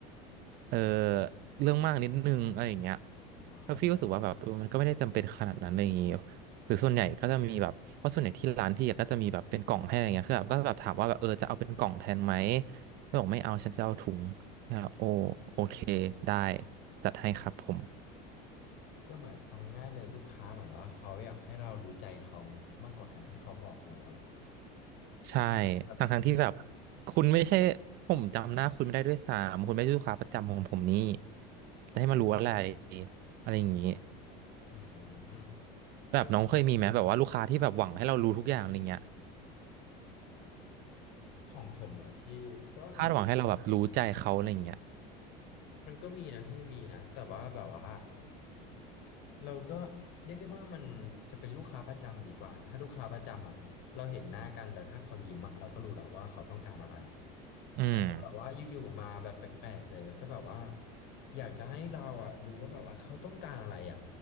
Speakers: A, on the right (about 55°); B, on the left (about 60°).
A: เออเรื่องมากนิดนึงอะไรอย่างเงี้ย
B: อ่าเข้าใจ
A: แล้วพี่ก็รู้สึกว่าแบบเออมันก็ไม่ได้จำเป็นขนาดนั้นอะไรอย่างเงี้ยหรือส่วนใหญ่ก็จะมีแบบเพราะส่วนใหญ่ที่ร้านพี่อะก็จะมีแบบเป็นกล่องให้อะไรเงี้ยคือแบบก็แบบถามว่าแบบเออจะเอาเป็นกล่องแทนไหมก็บอกไม่เอาฉันจะเอาถุงนะครับโอโอเคได้จัดให้ครับผม
B: ก็เหมือนเอาง่ายๆเลยลูกค้าเหมือนว่าเขาอยากให้เรารู้ใจเขามากกว่าการที่เขาบอกเราอะเหรอ
A: ใช่
B: ครับ
A: ทั้งทั้งที่แบบคุณไม่ใช่ผมจำหน้าคุณไม่ได้ด้วยซ้ำคุณไม่ใช่ลูกค้าประจำของผมนี่จะให้มารู้อะไรอะไรอย่างงี้
B: อืม
A: แบบน้องเคยมีไหมแบบว่าลูกค้าที่แบบหวังให้เรารู้ทุกอย่างอะไรเงี้ย
B: ก็ของผมเหรอพี่ก็อาจ
A: คาดหวังให้เราแบบรู้ใจเขาอะไรอย่างเงี้ย
B: มันก็มีนะพี่มีนะแต่ว่าแบบว่าเราก็เรียกได้ว่ามันจะเป็นลูกค้าประจำดีกว่าถ้าลูกค้าประจำอ่ะเราเห็นหน้ากันแล้วถ้าเขายิ้มอ่ะเราก็รู้แล้วว่าเขาต้องการอะไร
A: อืม
B: แต่ถ้าแบบว่าอยู่ๆมาแบบแปลกๆเลยแล้วก็แบบว่าอยากจะให้เราอ่ะรู้ว่าแบบว่าเขาต้องการอะไรอ่ะ